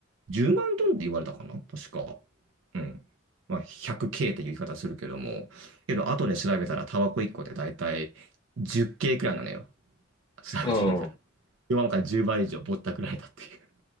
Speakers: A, on the right; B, on the left.
A: 10万ドルって言われたかな確か。うん。まあ 100K っていう言い方するけども、けど後で調べたらタバコ1個でだいたい 10K くらいなのよ。調べてみたら。
B: うん。うん
A: よんから10倍以上ぼったくられたっていう。